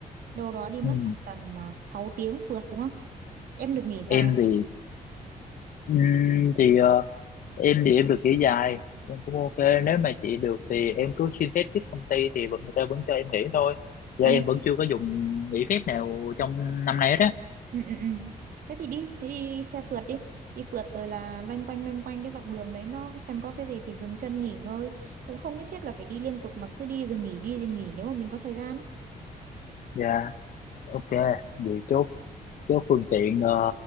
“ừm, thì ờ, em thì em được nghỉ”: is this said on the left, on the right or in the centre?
Left